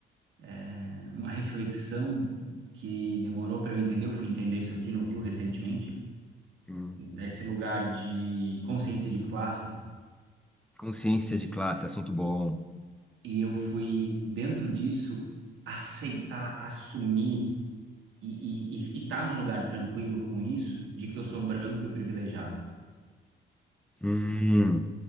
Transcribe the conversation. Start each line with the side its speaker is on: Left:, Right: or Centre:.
Right: eh, uma reflexão que demorou para eu entender. Eu fui entender isso aqui no Rio recentemente,
Centre: Hum.
Right: desse lugar de consciência de classe
Centre: Consciência
Right: e,
Centre: de classe, assunto bom.
Right: e eu fui dentro disso aceitar, assumir e, estar e, e tá num lugar tranquilo com isso de que eu sou branco e privilegiado.
Centre: Hum,